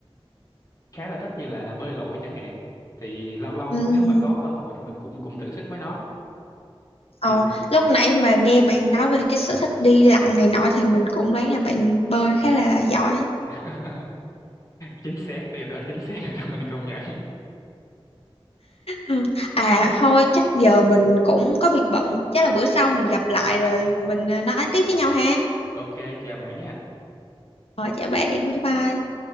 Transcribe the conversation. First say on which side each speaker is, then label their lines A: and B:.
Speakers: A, on the left; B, on the left.
A: khá là thích như là bơi lội chẳng hạn thì lâu lâu
B: ừ.
A: nếu mà có cơ hội thì mình cũng cũng thử sức với nó
B: Ờ,
A: thì, thì...
B: lúc nãy mà nghe bạn nói về cái sở thích đi lặn này nọ thì mình cũng đoán là bạn bơi khá là giỏi.
A: <laughs> chính xác điều đó chính xác điều đó mình công nhận
B: Ừ. À thôi chắc giờ mình cũng có việc bận Chắc là bữa sau mình gặp lại rồi mình ờ, nói tiếp với nhau ha
A: ok chào bạn nha
B: Rồi chào bạn bye bye